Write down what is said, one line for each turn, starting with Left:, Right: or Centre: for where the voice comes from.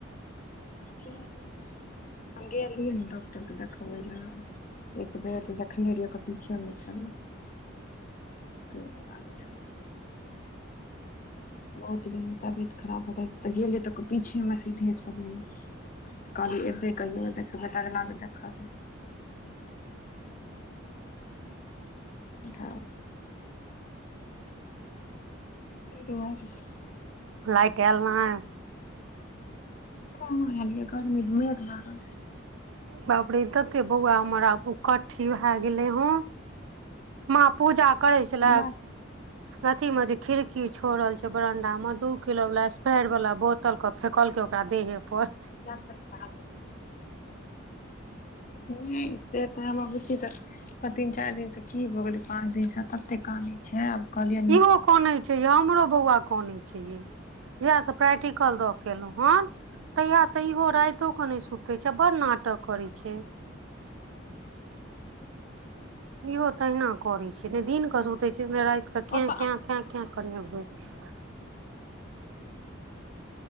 Left: हम गेलिए रहियै ने, डॉक्टरके देखाबऽ लेल। एक बेर तऽ देखने रहियै एकर पिछे न छोरले ते दुआरे छै। बहुत दिन तबियत खराब हो गेल त गेलै तऽ पीछेमे सीधे छलै त कहली अयबै कहियो ने देखयबै, अगला बेर तखन त दुआरे से।
Right: लइत एले नहि
Left: कहाँ एलियै गर्मी तऽ मेघ लागल
Right: बाप रे तते बौआ हमर आब उकट्ठी भए गेले हन। माँ पूजा करै छलै।
Left: हमरा
Right: अथिमे जे खिड़की छोड़ल छै बरंडामे दू किलो वाला स्प्रे वाला बोतल फेकलके ओकरा देहे पर
Left: अच <unintelligible> नहि से तऽ हमर बुची तीन चारि दिनसे की भ गेलै पाँच दिनस तते काने छै आब कहलियै
Right: इहो काने छै ये हमरो बौआ कनै छै इ प्रैक्टिकल दऽ क एलौ हन तहिया से इहो रातो के नहि सुते छै आ बड़ नाटक करै छै इहो तहिना करे छै ने दिन के सुते छै ने रातझंथंथंके
Left: ओतऽ
Right: कें केैं कें कें के ने होए छै